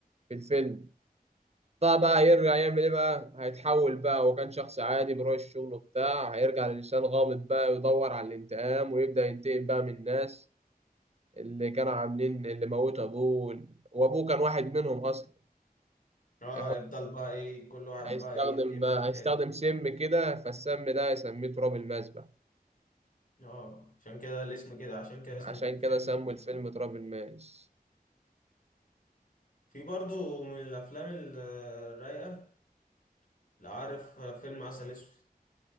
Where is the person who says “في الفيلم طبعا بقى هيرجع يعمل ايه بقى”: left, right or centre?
Right